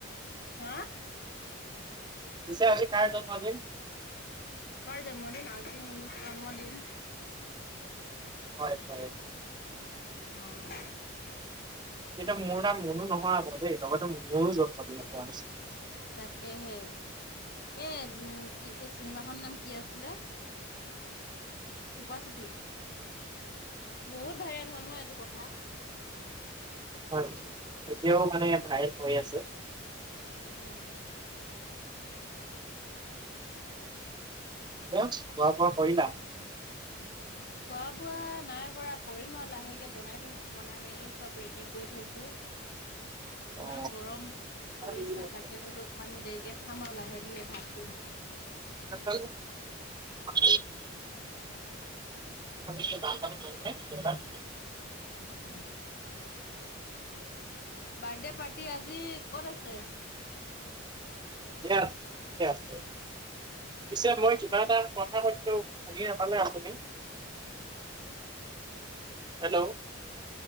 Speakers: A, on the left; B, on the right.
A: হা।
B: পিছে আজি কাৰ জন্মদিন?
A: কাৰ জন্মদিন, আজি মোৰ জন্মদিন।
B: হয়, হয়।
A: অঁ।
B: এতিয়া মোৰ নাম মনো নহয় আক দেই লগতো মোৰো জন্মদিন পোৱা নাছিল।
A: তাকেহে। এ উম কি এই চিনেমাখনৰ নাম কি আছিলে? চুপা চুপি, বহুত ভাইৰেল হ'ল ন এইটো কথা।
B: হয়, এতিয়াও মানে ভায়েল হৈ আছে।
A: উম।
B: খোৱা বোৱা কৰিলা?
A: খোৱা বোৱা নাই কৰা, কৰিম আৰু লাহেকে বনাই থৈছো, বনাই মেলি চব ৰেডি কৰি থৈছোঁ। ইমান
B: অ
A: গৰম
B: পিছে
A: পৰিছো তাকে বোলো- অকণমান দেৰিকৈ খাম আৰু লাহে ধিৰে ভাতটো।
B: তোমালোকৰ সেফালে বানপানী হলনে? <inaudible>
A: <inaudible> বাৰ্থডে পাৰ্টি আজি ক'ত আছে?
B: <unintelligible> পিছে মই কিবা এটা কথা পাতিলো শুনি নাপালে আপুনি। হেল্ল'।